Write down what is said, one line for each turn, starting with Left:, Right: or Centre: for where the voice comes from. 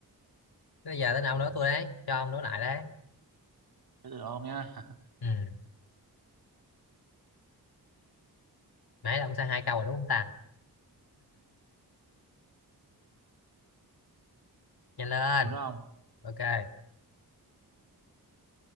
Left: bây giờ đến ông
Right: Ừ.
Left: nữa tôi đấy cho ông đối lại đấy
Right: thế từ đó ông nhá
Left: ừ nãy là ông sai hai câu rồi đúng không ta nhanh lên
Right: từ đó ông
Left: ok cái